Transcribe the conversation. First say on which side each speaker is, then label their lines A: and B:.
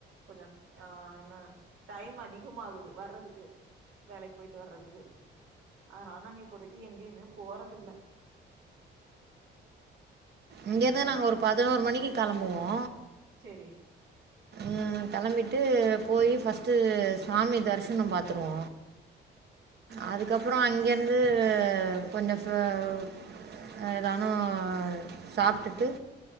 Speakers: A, on the right (about 85°); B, on the right (about 55°).
A: கொஞ்ச ஆ என்ன டைம் அதிகமாகுது வர்றதுக்கு வேலைக்கு போயிட்டு வர்றதுக்கு அதனால நாங்க இப்போதைக்கு எங்கேயுமே போறதில்ல
B: இங்கருந்து
A: உங்க
B: நாங்க ஒரு பதினோரு மணிக்கு களம்புவோ
A: சரி
B: ம் களம்பிட்டு போயி ஃபஸ்ட்டு சாமி தரிஸ் சுனோ பாத்தருவோ அதுக்கப்புறோ அங்கேர்ந்து அ கொஞ்சோ ஃப்ரவ் எதானூ சாப்டுட்டு